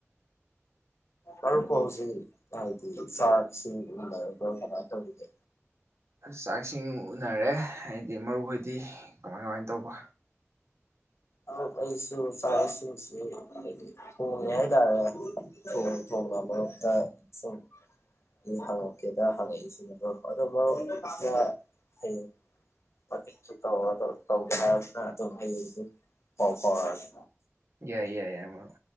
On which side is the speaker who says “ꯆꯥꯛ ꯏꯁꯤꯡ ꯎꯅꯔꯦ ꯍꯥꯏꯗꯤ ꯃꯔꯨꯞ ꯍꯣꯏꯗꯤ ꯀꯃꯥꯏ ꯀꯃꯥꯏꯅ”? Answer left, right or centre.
Right